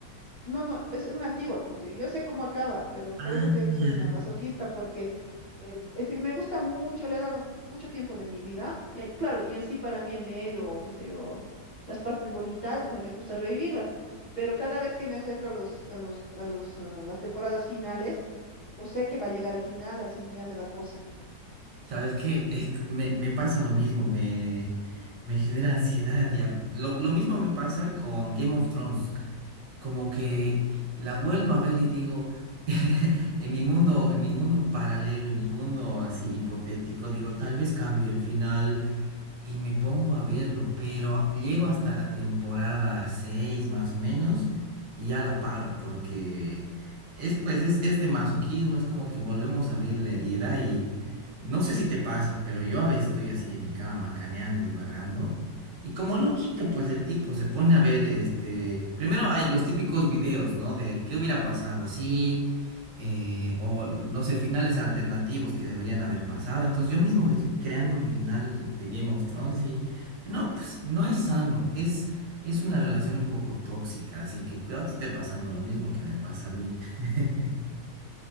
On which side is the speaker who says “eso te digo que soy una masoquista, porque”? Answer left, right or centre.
Left